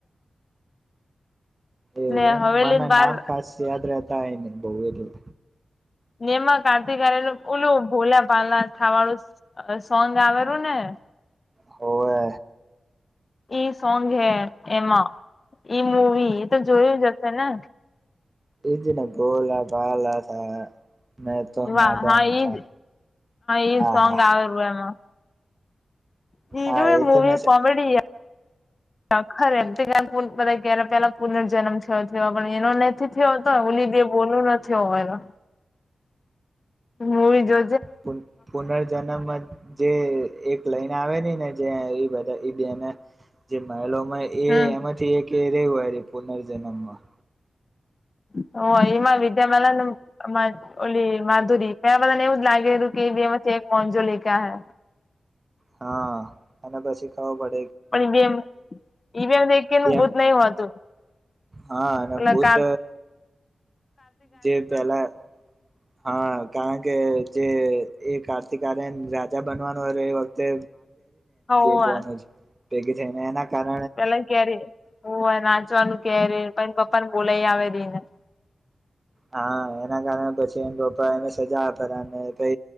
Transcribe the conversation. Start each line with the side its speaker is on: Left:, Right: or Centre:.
Right: એવું
Left: ને
Right: એમ
Left: હવેલી
Right: મના
Left: બાર
Right: નામ ખાસ યાદ રહેતા હોય ને બહ એટલે
Left: નેમાં કાર્તિક આર્યન ઓલું ભોલા પાલા ખાવાળું સોંગ આવેલું ને <inaudible>
Right: હોવે
Left: એ સોંગ હે એમાં ઈ મુવી એ તો જોયું જ હશે ને
Right: એજના બોલા ભલા સા મેં તો
Left: વાહ
Right: માદાન
Left: હા ઈજ
Right: થા
Left: ઈ
Right: હા
Left: સોંગ
Right: હા
Left: આવેલું એમાં બીજું
Right: હા એ
Left: મૂવી
Right: તો મેં
Left: કોમેડી છે ખર એમ <unintelligible> ક ક્યારે પેલા પુનર્જન્મ થયો થયો પણ એનો નથી થયો હતો બોલું નથી હોવા મુવી જો
Right: પુન પુનર્જન્મ જે એક લઈને આવેલી જે એ ડાયલોગ એ
Left: હમ
Right: એમાંથી એક એ રહ્યું પુનર્જન્મમાં
Left: <inaudible> હા એમાં વિદ્યાપાલન અને માધુરી એવું જ લાગેલું મોનજો લે ક હૈ
Right: હા અને પછી ખબર પડી
Left: પણ ઈવીમનું
Right: જેમ
Left: ભૂત નહીં હોતું
Right: હા અને
Left: ઓલાકાર
Right: ભૂત જે પેલા હા કારણ કે જે એ કાર્તિક આર્યન રાજા બનવાનું એ વખતે
Left: હોવે
Right: <inaudible> ભેગી થને એના કારણે
Left: પેલા કેરી હું નાચવાનું કેરી પ પપ્પા ને બોલા આવે રહી ને <inaudible>
Right: હા એના કારણે પછી એ પપ્પા એને સજા આપ્યા કરે